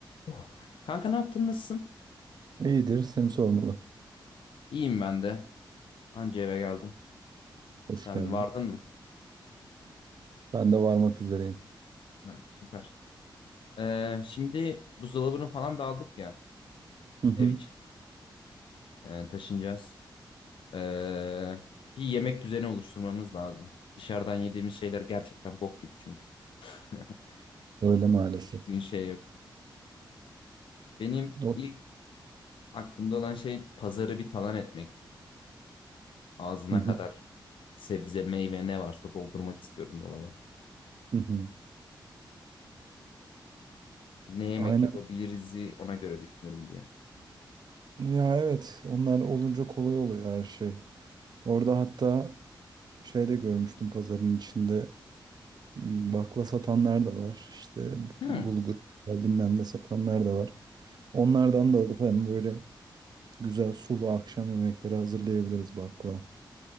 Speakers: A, on the left; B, on the right.
A: Oh. Kanka ne yaptın? Nasılsın?
B: İyidir, seni sormalı.
A: İyiyim ben de. Anca eve geldim.
B: Hoş
A: Sen
B: geldin.
A: de vardın mı?
B: Ben de varmak üzereyim.
A: Ha, süper. Ee, şimdi buzdolabını falan da aldık ya
B: Hı hı.
A: ev için. Ee, taşınacağız. Ee, bir yemek düzeni oluşturmamız lazım. Dışarıdan yediğimiz şeyler gerçekten bok gibi çünkü. <laughs>
B: Öyle maalesef.
A: Düzgün şey yok. Benim
B: O-
A: ilk aklımda olan şey pazarı bir talan etmek. Ağzına
B: Hı hı.
A: kadar sebze, meyve ne varsa doldurmak istiyorum dolaba.
B: Hı hı.
A: Ne yemek
B: Aynen.
A: yapabiliriz ona göre düşünürüm diye.
B: Ya evet, onlar olunca kolay oluyor her şey. Orada hatta şey de görmüştüm pazarın içinde m, bakla satanlar da var. İşte
A: Hmm.
B: bulgur bilmem ne satanlar da var. Onlardan da alıp hem böyle güzel sulu akşam yemekleri hazırlayabiliriz bakla.